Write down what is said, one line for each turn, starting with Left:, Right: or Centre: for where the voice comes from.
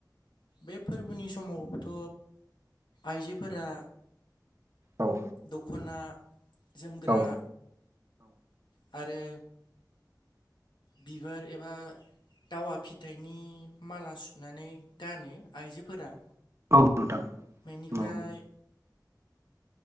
Left: बे फोरबोनि समावथ' आइजोफोरा
Right: औ
Left: दख'ना जोमग्रा
Right: औ
Left: आरो बिबार एबा दावा फिथाइनि माला सुनानै गानो आइजोफोरा
Right: औ नोंथां
Left: बेनिफ्राय
Right: औ।